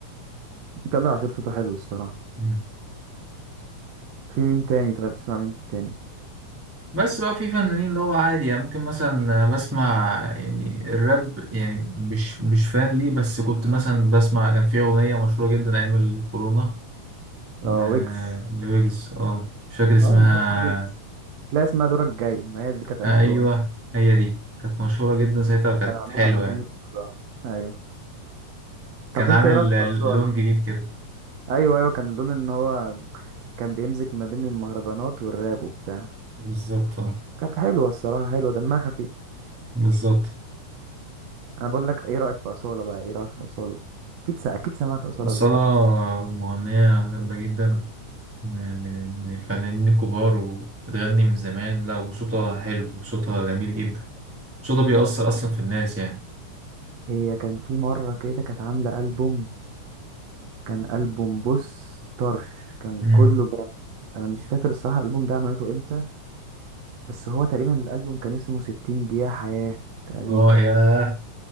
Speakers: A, on the right; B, in the centre.
A: تامر عاشور صوته حلو الصراحه
B: مم.
A: في مين تاني طيب بتسمع مين تاني
B: بس بقى في فنانين اللي هو عادي يعني ممكن مثلا بسمع يعني الراب يعني مش مش فان ليه بس كنت مثلا بسمع كان في أغنية مشهورة جدا أيام الكورونا
A: اه
B: ل...
A: ويجز
B: لويجز اه مش فاكر اسمها
A: اه ما هو ويجز لا اسمها دورك جاي ما هي اللي كانت ايام
B: آه
A: كورونا
B: أيوه هي دي كانت مشهورة جدا
A: مم.
B: ساعتها وكانت
A: كان عاملها
B: حلوة
A: على محمد
B: يعني
A: صلاح. ايوه
B: كان
A: طب
B: عامل
A: انت ايه رايك في اصاله
B: لون جديد كده
A: ايوه ايوه كان لون ان هو كان بيمزج ما بين المهرجانات والراب وبتاع
B: بالظبط اه
A: كانت حلوه الصراحه حلوه دمها خفيف
B: بالظبط
A: انا بقول لك ايه رايك في اصاله بقى ايه رايك في اصاله اكيد س... اكيد سمعت اصاله
B: الصلاة
A: قبل كده
B: مغنية جامدة جدا من من من الفنانين الكبار وبتغني من زمان لا وصوتها حلو وصوتها جميل جدا صوتها بيأثر أصلا في الناس يعني
A: هي كان في مره كده كانت عامله البوم كان البوم بص طرش كان
B: مم.
A: كله جاب انا مش فاكر الصراحه الالبوم ده عملته امتى بس هو تقريبا الالبوم كان اسمه 60 دقيقه حياه تقريبا
B: اه يا